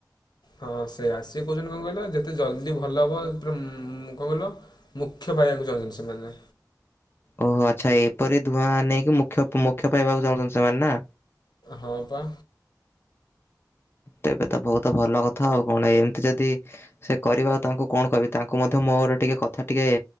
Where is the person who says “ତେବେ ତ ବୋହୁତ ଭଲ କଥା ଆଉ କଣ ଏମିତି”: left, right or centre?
Left